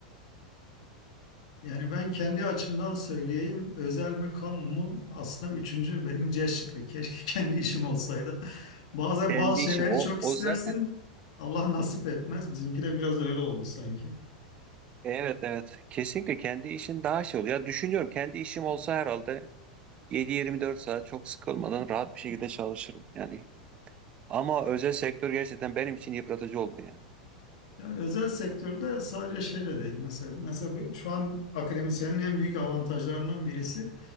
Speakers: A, on the left (about 60°); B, on the right (about 30°).
A: Yani ben kendi açımdan söyleyeyim, özel mi kamu mu aslında üçüncü benim C şıkkı. Keşke <laughs> kendi işim olsaydı. <laughs> Bazen
B: Kendi
A: bazı
B: işim
A: şeyleri
B: o,
A: çok istersin,
B: o zaten.
A: Allah nasip etmez. Bizimki de biraz öyle oldu sanki.
B: Evet evet kesinlikle kendi işin daha şey oluyor. Ya düşünüyorum kendi işim olsa herhalde 7-24 saat çok sıkılmadan rahat bir şekilde çalışırım yani. Ama özel sektör gerçekten benim için yıpratıcı oldu ya.
A: Yani özel sektörde sadece şeyle değil mesela. Mesela bir- şu an akademisyenin en büyük avantajlarından birisi